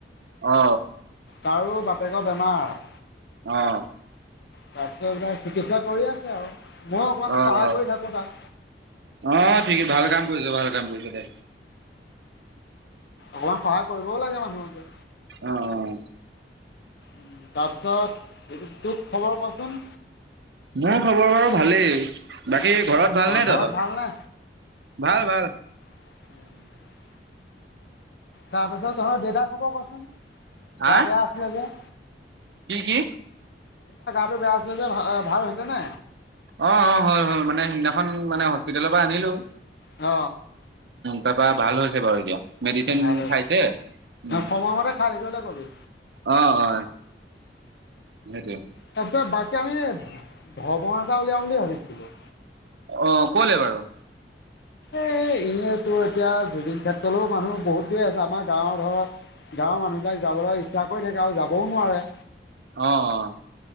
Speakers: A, on the right; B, on the left.
A: অ
B: তাৰো বাপ বাপেকৰ বেমাৰ
A: আহ'।
B: তাতকে এইাক চিকিৎসা কৰি আছে আৰু। মই অকমান
A: হয়,
B: সহায় কৰি থাকোঁ তাক।
A: হয়। ঠিকেই ভাল কাম কৰিছ, ভাল কাম কৰিছ দে
B: অকমান সহায় কৰিবও লাগে মানুহ যে।
A: অ', অ'।
B: উম, তাৰপিছত তোক খবৰ কচোন?
A: মোৰ খবৰ বাৰু ভালেই। বাকী ঘৰত ভালনে
B: ঘৰত
A: তহঁত?
B: ভালনে?
A: ভাল, ভাল।
B: উম। তাৰপিছত তঁহত দেতাৰ খবৰ কচোন,
A: হা
B: গা বেয়া আছিলে যে?
A: কি, কি?
B: টো বেয়া আছিলে যে ভাল হৈছে নে?
A: অ' অ' হল, হল। মানে সিদিনাখন মানে হস্পিতেলৰ পৰা আনিলো
B: হ।
A: তাপা ভাল হৈছে বাৰু এতিয়া মেডিচিন
B: ভালে
A: খাইছে। উম।
B: সময়মতে খাই থাকিবলৈ কবি
A: অ অ সেইটোৱে
B: তাৰপিছত বাকী আমি ভ ভ ভ ভৱা এটা উলিয়াও বুলি ভাবিছিলো।
A: অ ক'লে বাৰু?
B: এ, এই এটো এতিয়া জুবিন ক্ষেত্ৰলৈও মানুহ বহুত গৈ আছে আমাৰ গাঁৱৰ ধৰক গাঁৱৰ মানুহবলাক যাবলৈ ইচ্ছা কৰি থাকে আৰু যাবও নোৱাৰে।
A: অ'